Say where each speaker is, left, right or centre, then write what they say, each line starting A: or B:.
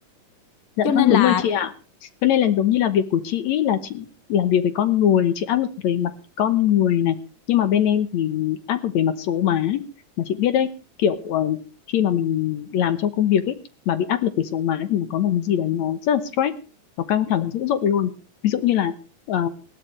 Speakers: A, on the left; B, on the left.
A: Dạ
B: cho nên
A: vâng, đúng
B: là
A: rồi chị ạ. Cho nên là giống như là việc của chị ý là chị làm việc về con người, chị áp lực về mặt con người này. Nhưng mà bên em thì áp lực về mặt số má. Mà chị biết đấy, kiểu ờ, khi mà mình làm trong công việc ấy, mà bị áp lực về số má thì nó có một cái gì đấy nó rất là stress, nó căng thẳng dữ dội luôn. Ví dụ như là ờ,